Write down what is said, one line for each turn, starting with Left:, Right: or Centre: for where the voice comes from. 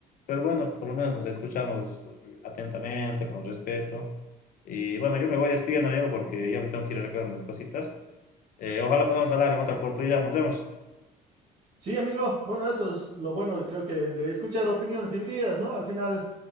Left: pero bueno, por lo menos nos escuchamos atentamente, con respeto. Y bueno, yo me voy despidiendo, amigo, porque ya me tengo que ir a recoger unas cositas. Eh, ojalá podamos hablar en otra oportunidad. Nos vemos.
Right: Sí, amigo, bueno, eso es lo bueno, creo que de escuchar opiniones divididas, ¿no? Al final,